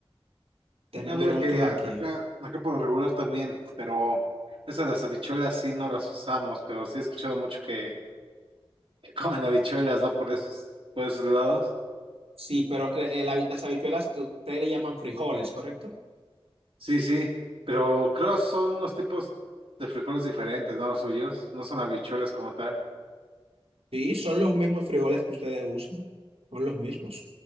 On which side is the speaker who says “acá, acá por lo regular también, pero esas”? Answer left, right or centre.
Right